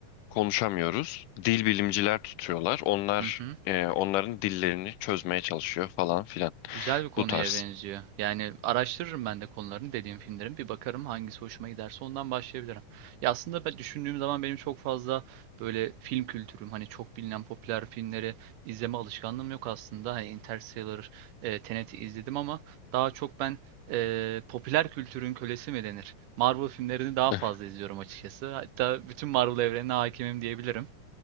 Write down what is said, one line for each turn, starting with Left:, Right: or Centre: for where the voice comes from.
Left: konuşamıyoruz. Dil bilimciler tutuyorlar. Onlar
Right: Hı hı.
Left: eee, onların dillerini çözmeye çalışıyor falan filan.
Right: Güzel bir konuya
Left: Bu tarz.
Right: benziyor. Yani araştırırım ben de konularını dediğim filmlerin. Bir bakarım hangisi hoşuma giderse ondan başlayabilirim. Ya aslında ben düşündüğüm zaman benim çok fazla böyle film kültürüm hani çok bilinen popüler filmleri izleme alışkanlığım yok aslında. Hani Interstellar, e, Tenet'i izledim ama daha çok ben e, popüler kültürün kölesi mi denir? Marvel filmlerini daha fazla
Left: <laughs> Eh,
Right: izliyorum açıkçası. Hatta bütün Marvel evrenine hakimim diyebilirim.